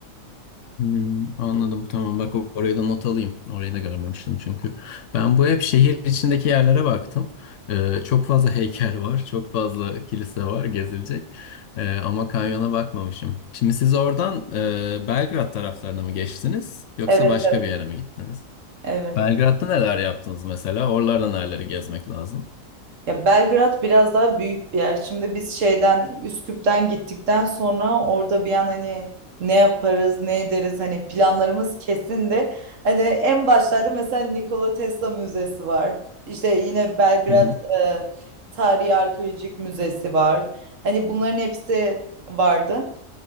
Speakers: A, on the left (about 70°); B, on the right (about 65°).
A: Hmm, anladım tamam bak o- orayı da not alayım. Orayı da görmemiştim çünkü. Ben bu hep şehir içindeki yerlere baktım. Ee, çok fazla heykel var, çok fazla kilise var gezilecek. Ee, ama kanyona bakmamışım. Şimdi siz oradan e, Belgrad taraflarına mı geçtiniz yoksa
B: Evet,
A: başka
B: evet.
A: bir yere mi gittiniz?
B: evet.
A: Belgrad'da neler yaptınız mesela? Oralarda nereleri gezmek lazım?
B: Ya Belgrad biraz daha büyük bir yer. Şimdi biz şeyden Üsküp'ten gittikten sonra orada bir an hani ne yaparız, ne ederiz hani planlarımız kesin de hani en başlarda mesela Nikola Tesla Müzesi var. İşte yine Belgrad
A: Hı hı.
B: e, Tarihi Arkeolojik Müzesi var. Hani bunların hepsi vardı.